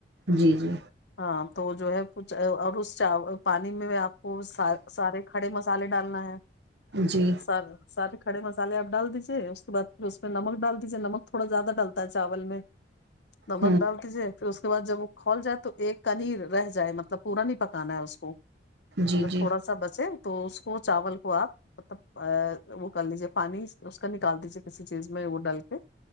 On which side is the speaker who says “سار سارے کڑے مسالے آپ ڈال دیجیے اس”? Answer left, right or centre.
Left